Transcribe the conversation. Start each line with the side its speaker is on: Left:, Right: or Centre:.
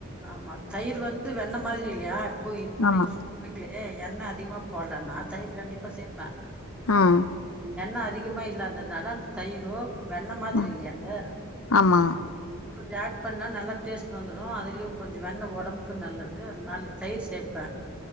Centre: ஆமா தயிர் வந்து வெண்ண மாதிரி இல்லயா போய் இப்போ
Left: ஆமா
Centre: நீங்க சொல்றீங்ளே ஏ எண்ண அதிகமா போட்லனா தயிர் கண்டிப்பா சேப்ப
Left: ம்
Centre: எண்ண அதிகமா இல்லாததுனால அந்த தயிரு வெண்ண மாதிரி
Left: ம்
Centre: இல்லையாது
Left: ஆமா
Centre: இதுல ஆட் பண்ணா நல்லா டேஸ்ட் வந்துடு அதுலயு கொஞ்சொ வெண்ண ஒடம்புக்கு நல்லது அதுனால தயிர் சேப்பே